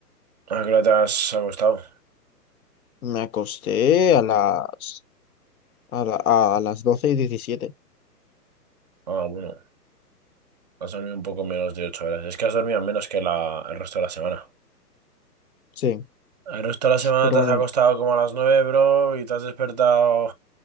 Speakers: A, on the right; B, on the left.
A: ¿A qué hora te has acostado?
B: Me acosté a las A, la- a las doce y diecisiete
A: Ah, bueno. Has dormido un poco menos de ocho horas. Es que has dormido menos que la, el resto de la semana.
B: Sí,
A: El resto de la semana
B: pero
A: te
B: bueno,
A: has acostado como a las nueve, bro, y te has despertado...